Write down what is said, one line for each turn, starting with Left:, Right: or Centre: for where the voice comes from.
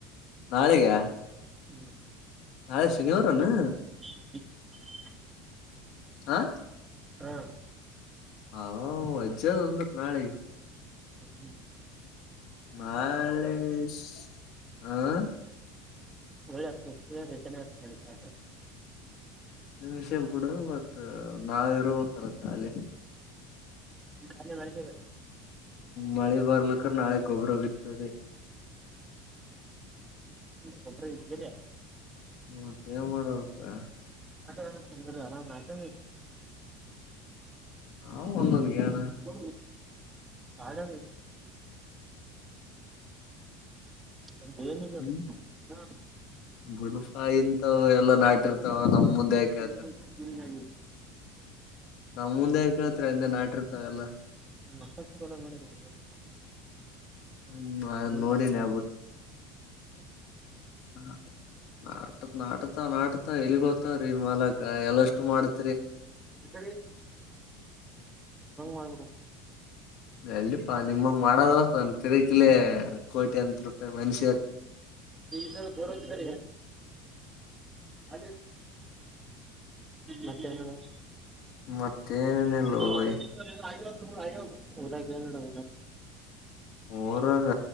Left: ನಾಳಿಗೆ.
Right: ಹ್ಮ <inaudible>
Left: ನಾಳೆ ಶನಿವಾರನು.
Right: ಹ <inaudible>
Left: ಆ <inaudible>
Right: ಹಾ <inaudible>
Left: ಹಾ ಅಜ್ಜದ ಒಂದತ್ ನಾಳೆಗೆ...
Right: ಎ <inaudible>
Left: ಮಾಡಳ ಹ <inaudible>
Right: ಒಳ್ಳೆ ಹತ್ ರಚನೆ ಆತ್ಡಿ ಸಾವಕರ...
Left: ನಿಮಿಷ ಬಿೂಡ ಬಟ್ ನಾವ ಇರ್ಬೇಕಲ್ಲ ಖಾಲಿ...
Right: ಅಲ್ಲಿ ಬೆಳಗ್ಗೆ.
Left: ಮಳೆ ಬರ್ಲಕ್ಕ ನಾಳೆ ಗೊಬ್ಬರ ಬಿರ್ತದೆ...
Right: ಗೊಬ್ಬರ.. <unintelligible>
Left: ಮತ್ತ ಏನ್ ಮಾಡಬೇಕಕ್ಕ...
Right: ಆ ತಂದ ಆರಾಮ ನಟ....
Left: ಆ ಒಂದೊಂದ್ ಗೇಣ
Right: <inaudible> ಚೆ <inaudible> ನ ಏನು ನೋಡಿ
Left: ಹ್ಮ್
Right: ಹ
Left: ಬಿಡುಪಾ ಇಂತವು ಎಲ್ಲಾ ನಾಟಿರ್ತಾವ ನಮ್
Right: <inaudible>
Left: ಮುಂದೆ ಯಾಕ್ ಕೇಳ್ತಾರ
Right: ಸ ತಿರಿ <inaudible>
Left: ನಮ್ ಮುಂದೆ ಕೇಳ್ತರಿ ಹಿಂದೆ ನಾಟಿರ್ತಲ್ಲ...
Right: ನತ್ತತ್ತಲ್ಲ ಮಾಡೋದ್ದೇ... ಹ್ಮ
Left: ಹ್ಮ್ ನಾನ್
Right: ಇ ಏನ್
Left: ನೋಡಿನಿ
Right: ಹಕಿಲ್ಲ <inaudible>
Left: ಹ ನಾಟ ನಾಟತ ನಾಟತ ಎಲ್ಲಿಗೋತಾವ್ರೀ ಮಾಲಕ ಎಲ್ಲಷ್ಟು ಮಾಡತ...
Right: ಇಕಡಿ ಮಾಡ್ಬಿಡ.
Left: ಎಲ್ಲಿಪಾ ನಿಮಗ್ ಮಾಡದ ನ ತಿರಕಿಲ ಕೋಟಿ ಅಂತ್ ರೂಪಾಯಿ ಮನ್ಷ...
Right: ಸ ಬರ ಕ ಅ <inaudible> ಹ್ಮ್ ಮತ್ತೆ ನೋಡ
Left: ಮತ್ತೇನಿಲ್ಲೋ
Right: <inaudible>
Left: ಬೈ
Right: ಅಯ ದಏಡಲ್ಲ <inaudible>
Left: ಊರಾಗ